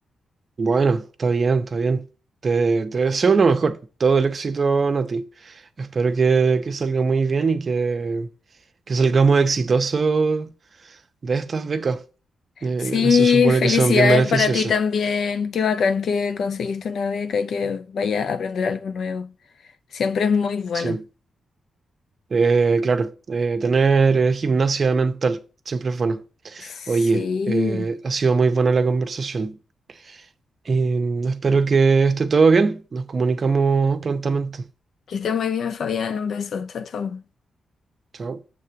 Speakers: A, on the right; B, on the left.
A: Bueno, está bien, está bien. Te, te deseo lo mejor. Todo el éxito, Nati. Espero que, que salga muy bien y que, que salgamos exitosos de estas becas. Eh,
B: Sí,
A: se supone
B: felicidades
A: que son bien beneficiosas.
B: para ti también. Qué bacán que conseguiste una beca y que vaya a aprender algo nuevo. Siempre es muy bueno.
A: Sí. Eh, claro, eh, tener eh, gimnasia mental siempre es bueno.
B: Sí.
A: Oye, eh, ha sido muy buena la conversación. Em, espero que esté todo bien. Nos comunicamos prontamente.
B: Que esté muy bien, Fabián. Un beso. Chao, chao.
A: Chao.